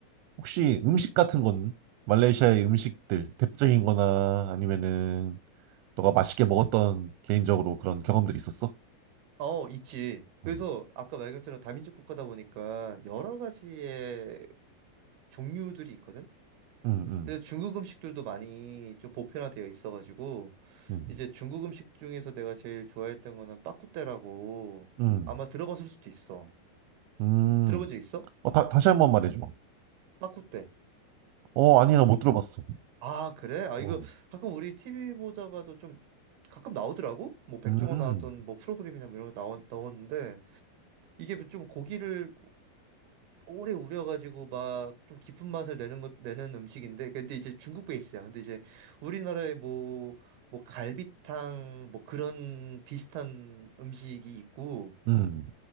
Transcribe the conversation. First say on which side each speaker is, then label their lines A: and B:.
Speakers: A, on the right (about 85°); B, on the right (about 70°).
A: 혹시 음식 같은 건 말레이시아의 음식들 대표적인 거나 아니면은 너가 맛있게 먹었던 개인적으로 그런 경험들이 있었어?
B: 어, 있지. 그래서
A: 음,
B: 아까 말 것처럼 다민족 국가다 보니까 여러 가지의 종류들이 있거든.
A: 음, 음,
B: 그래서 중국 음식들도 많이 좀 보편화되어 있어가지고
A: 음,
B: 이제 중국 음식 중에서 내가 제일 좋아했던 거는 빠꾸떼라고
A: 음.
B: 아마 들어봤을 수도 있어.
A: 음.
B: 들어본 적 있어?
A: 어, 다, 다시 한 번 말해줘.
B: 빠꾸떼.
A: 어, 아니, 나 못 들어봤어.
B: 아, 그래? 아, 이거
A: 어.
B: 가끔 우리 TV 보다가도 좀 가끔 나오더라고? 뭐 백종원
A: 음,
B: 나왔던 뭐 프로그램이나 뭐 이런 거 나왔, 나왔는데 이게 좀 고기를 오래 우려가지고 막 좀 깊은 맛을 내는 것 내는 음식인데 근데 이제 중국 베이스야. 근데 이제 우리나라에 뭐 뭐 갈비탕 뭐 그런 비슷한 음식이 있고
A: 음,